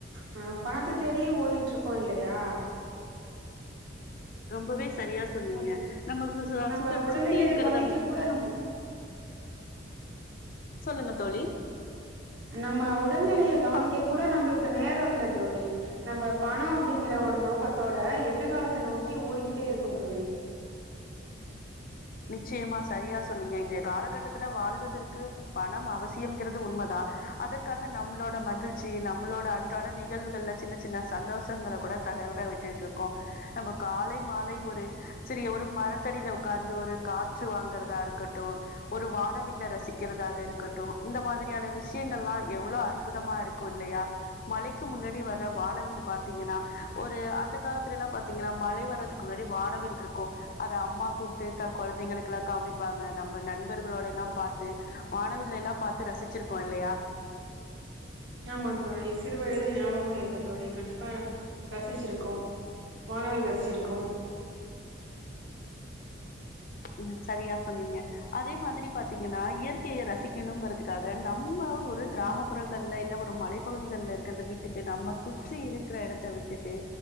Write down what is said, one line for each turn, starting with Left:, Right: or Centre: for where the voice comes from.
Right: அ பணத்த தேடியே ஓடிட்டு இருக்கோ இல்லையா
Left: ரொம்பவே சரியா சொன்னீங்க
Right: ம்
Left: நம்மக்கு சு
Right: நம்ம
Left: சுக்கு
Right: உடல்நிலைய
Left: சுத்தி இருக்கறத
Right: கவனிக்க கூட நம்மளுக்கு
Left: சொல்லுங்க தோழி
Right: நம்ம உடல்நிலைய கவனிக்க
Left: ப
Right: கூட நம்மளுக்கு நேரம் இல்ல தோழி நம்ம பணோ அப்டிங்கிற ஒரு நோக்கத்தோட எதிர்காலத்த நோக்கி ஓடிக்கிட்டே இருக்கோ தோழி
Left: நிச்சயமா சரியா சொன்னீங்க இன்றைய கால கட்டத்துல வாழ்வதற்கு பணம் அவசியம் இங்கறது உண்மதா அதற்காக நம்மளோட மகிழ்ச்சி நம்மளோட அன்றாட நிகழ்வுகள்ல சின்ன சின்ன சந்தோஷங்கள கூட தவற விட்டுட்டு இருக்கோ நம்ம காலை மாலை ஒரு சிறிய ஒரு மரத்தடில ஒக்காந்து ஒரு காற்று வாங்கறதா இருக்கட்டு ஒரு வானவில்ல ரசிக்கிறதாக இருக்கட்டு இந்த மாதிரியான விஷயங்கள்லா எவ்ளோ அற் புதமா இருக்கு இல்லையா மழைக்கு முன்னாடி வர்ற வானவில் பாத்தீங்கன்னா ஒரு அந்த காலத்துல எல்லா பாத்தீங்கன்னா மழை வர்றதுக்கு முன்னாடி வானவில் இருக்கு அத அம்மா கூப்புட்டு த கொழந்தைங்களுக்கு எல்லா காமிப்பாங்க நம்ம நண்பர்களோட எல்லா பாத்து வானவில் எல்லா பாத்து ரசிச்சிருக்கோ இல்லையா
Right: ஆமா தோழி சிறு வயதில் ஞாபகோ இருக்கு தோழி கண்டிப்பா ரசிச்சிருக்கோ வானவில் ரசிச்சிருக்கோ
Left: ம் சரியா சொன்னீங்க அதே மாரி பாத்திங்கன்னா இயற்கைய ரசிக்கணுங்றதுக்காக நம்ம ஒரு கிராம ப்புறங்கள்ல இல்ல ஒரு மலை பகுதிகள்ல இருக்கிறத விட்டுட்டு நம்ம சுற்றி இருக்கிற எடத்த விட்டுட்டு